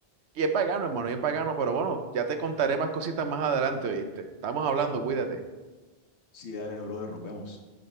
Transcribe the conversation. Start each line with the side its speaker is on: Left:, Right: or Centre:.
Right: Y es pagano, hermano, y es pagano, pero bueno, ya te contaré más cositas más adelante, ¿oíste? Estamos hablando, cuídate.
Left: Sí, dale, brother, nos vemos.